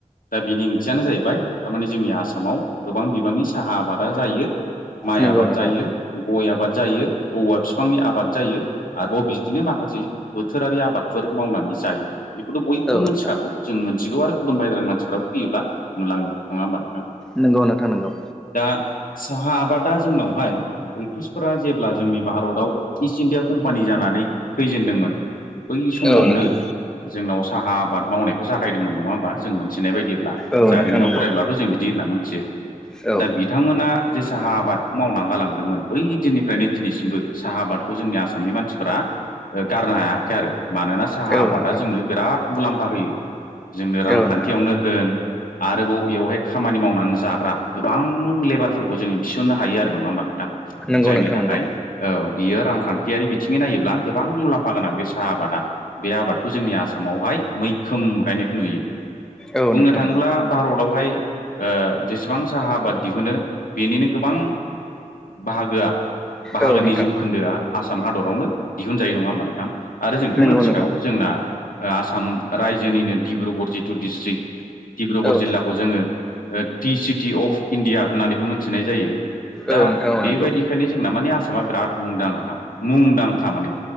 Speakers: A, on the left; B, in the centre.
A: दा बिनि ओंथियानो जाहैबाय थारमाने जोंनि आसामाव गोबां बिबांनि साहा आबादा जायो माइ
B: नंगौ
A: आबाद
B: नोंथां
A: जायो गय आबाद जायो औवा फिफांनि आबाद जायो आरोबाव बिदिनो माखासे बोथोरारि आबाद फोर मावनानै जायो बेखौथ' बयबो
B: औ
A: मिथिखागौ
B: नोंथां
A: जों मोनथिगौ आरो गुबुन बाहेरानि मानसिफ्राबो फैयोब्ला नुलाङो नङा होमबा नोंथां
B: नोंगौ नोंथां नोंगौ
A: दा साहा आबादा जोंनावहाय ब्रिटिशफोरा जेब्ला जोंनि भारताव इस्ट इण्डिया कम्पानि जानानै फैजेनदोंमोन बै समावनो
B: औ नोंथां
A: जोंनाव साहा आबाद मावनायखौ जागायदोंमोन नङा होमबा जों मोनथिनाय बायदिब्ला
B: औ
A: जारिमिनाव
B: नोंथां नंगौ
A: फरायब्लाथ' जों बिदि होनना मिथियो
B: औ
A: दा बिथांमोना जे साहा आबादखौ मावना गालांदोंमोन बै दिननिफ्रायनो दिनैसिमबो साहा आबादखौ जोंनि आसामनि मानसिफोरा ओ गारनो हायाखसै आरो मानोना साहा
B: औ
A: आबादा
B: नोंथां
A: जोंनो बिराद मुलाम्फा होयो जोंनो रांखान्थियावनो
B: औ नोंथां
A: होन आरोबाव बेयावहाय खामानि मावनानै जाग्रा गोबां लेबारफोरखौ जोङो थिसननो हायो आरो नङा होमबा नोंथां जायनि
B: नंगौ नोंथां
A: थाखाय
B: नंगौ
A: औ बियो रांखान्थियारि बिथिङै नायोब्ला गोबां मुलाम्फा गोनां बे साहा आबाद आ बे आबादखौ जोंनि आसामावहाय मैखोम गायनायखौ नुयो
B: औ
A: बुंनो
B: नोंथां
A: थाङोब्ला
B: नंगौ
A: भारतावहाय ओ जेसेबां साहा आबाद दिहुनो बेनिनो गोबां बाहागोआ बाहागोनि
B: औ नोंथां
A: जौखोन्दोआ आसाम हादरावनो दिहुनजाय नङा होमा नोंथां आरो जों मिथिखागौ
B: नंगौ नोंथां
A: जोंना आसाम रायजोनिनो डिब्रुगर जिथु डिस्ट्रिक्ट डिब्रुगर
B: औ
A: जिल्लाखौ
B: नोंथां
A: जोङो ओ टि सिटि अफ इण्डिया होननानैबो मोनथिनाय जायो दा
B: औ नोंथां औ
A: बेबायदिखायनो
B: नंगौ
A: जोंना माने आसामा बिराद मुंदांखा मुंदांखा माने